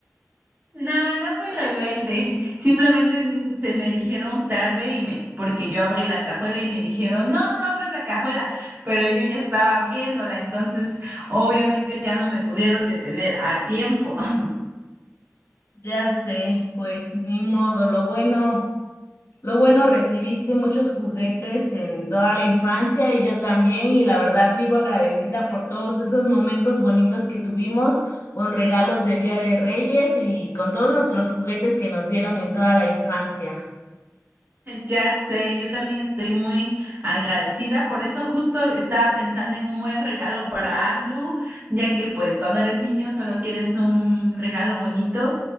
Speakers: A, on the right; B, on the left.
A: No, no fui rebelde. <laughs> Simplemente mm, se me dijeron tarde y me, porque yo abrí la cajuela y me dijeron, no, no abras la cajuela, pero yo ya estaba abriéndola, entonces obviamente ya no me pudieron detener a tiempo. <laughs>
B: Ya sé, pues ni modo, lo bueno, lo bueno recibiste muchos juguetes en toda la infancia y yo también y la verdad vivo agradecida por todos esos momentos bonitos que tuvimos con regalos de Día de Reyes y con todos nuestros juguetes que nos dieron en toda la infancia.
A: <laughs> Ya sé, yo también estoy muy agradecida, por eso justo estaba pensando en un buen regalo para Andrew, ya que pues cuando eres niño solo quieres un regalo bonito